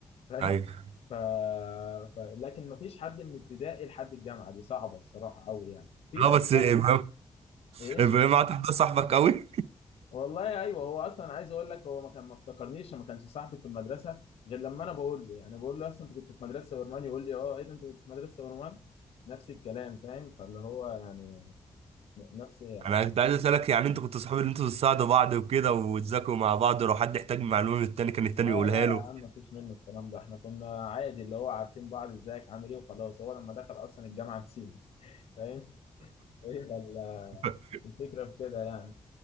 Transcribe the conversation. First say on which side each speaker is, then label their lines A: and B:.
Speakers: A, on the left (about 80°); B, on the right (about 80°).
A: فاهم
B: ايوه
A: ف... ف... لكن مفيش حد من ابتدائي لحد الجامعه دي صعبه بصراحه قوي يعني في ناس
B: اه بس ابراهيم
A: ايه
B: ابراهيم عاد ده صاحبك قوي
A: والله ايوه هو اصلا عايز اقول لك هو ما كان ما افتكرنيش ما كانش صاحبي في المدرسه غير لما انا بقول له يعني بقول له اصلا انت كنت في مدرسه ورمان يقول لي اه ايه ده انت كنت في مدرسه ورمان نفس الكلام فاهم فاللي هو يعني ن- نفس يعني
B: انا كنت عايز اسالك يعني انتوا كنتوا صحاب ان انتوا بتساعدوا بعض وكده وتذاكروا مع بعض ولو حد احتاج معلومه من التاني كان التاني
A: لا لا
B: يقولها له
A: يا عم مفيش منه الكلام ده احنا كنا عادي اللي هو عارفين بعض ازيك عامل ايه وخلاص هو لما دخل اصلا الجامعه نسينا فاهم هي ال-
B: <laughs>
A: الفكره في كده يعني